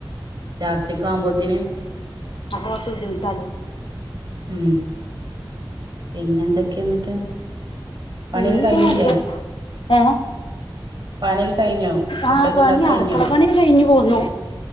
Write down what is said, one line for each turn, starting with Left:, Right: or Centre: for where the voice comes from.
Right: ലാസ്റ്റ് ക്ക് ആവുമ്പോത്തിന്
Left: ആഹ് ബുദ്ധിമുട്ടല്ലേ
Right: ഉം പിന്നെ എന്തൊക്കെയ എന്നിട്ട് പണിയൊക്കെ
Left: പിന്നെ
Right: കഴിഞ്ഞില്ലേ
Left: നല്ല ഏ
Right: പണിയൊക്കെ കഴിഞ്ഞോ ഫുഡൊക്കെ
Left: ആഹ് പണി
Right: ഉണ്ടാക്കി കഴിഞ്ഞോ
Left: അടുക്കളഓകെ പണി കഴിഞ്ഞു പോന്നു